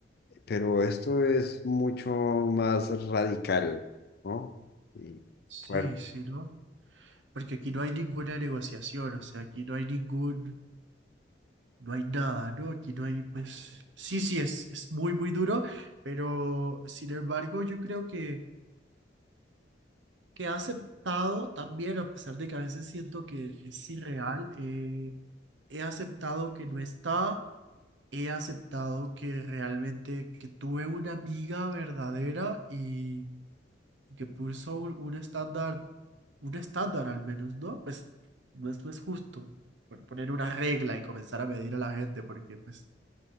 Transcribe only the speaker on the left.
pero esto es mucho más radical, ¿no? Y
fuerte,